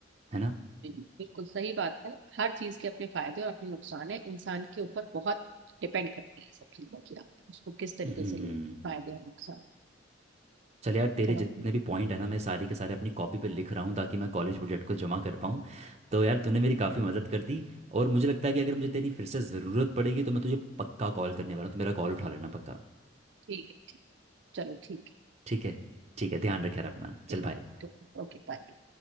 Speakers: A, on the right; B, on the right.
A: है ना
B: बिल्कुल सही बात है हर चीज के अपने फायदे और अपने नुकसान है इंसान के ऊपर बहुत डिपेंड करती है सब चीजों की आप उसको किस तरीके
A: हम्म
B: से ले रहे हो, फायदे और नुकसान
A: चल यार तेरे
B: चलो
A: जितने भी पॉइंट है ना मैं सारे के सारे अपनी कॉपी पे लिख रहा हूँ ताकि मैं कॉलेज प्रोजेक्ट को जमा कर पाऊँ तो यार तूने मेरी काफ़ी मदद कर दी और मुझे लगता है कि अगर मुझे तेरी फिर से ज़रूरत पड़ेगी तो मैं तुझे पक्का कॉल करने वाला हूँ तो मेरा कॉल उठा लेना पक्का
B: ठीक है चलो ठीक है
A: ठीक है ठीक है ध्यान रखे यार अपना
B: बिल्कुल
A: चल बाय
B: ओके बाय